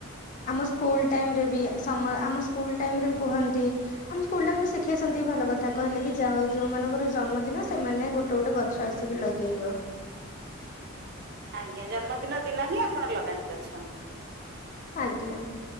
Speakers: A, on the left; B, on the right.
A: ଆମ ସ୍କୁଲ ଟାଇମରେ ବି ସମ ଆମ ସ୍କୁଲ ଟାଇମରେେ ବି କୁହନ୍ତି? ଆମ ସ୍କୁଲ ଟମ ଶିଖେଇଛନ୍ତି ଭଲ କଥା କହିଲେ କି ଯାାଉ ଯୋଉ ମଙ୍କର ଜନ୍ମଦିନ ସେମାନେ ଗୋଟେ ଗୋଟେ ଗଛ ଆସିକି ଲଗେଇବ
B: ଆଜ୍ଞା ଜନ୍ମଦିନ ଦିନ ହିଁ ଆପଣ ଲଗାନ୍ତି ଗଛ
A: ଆଜ୍ଞା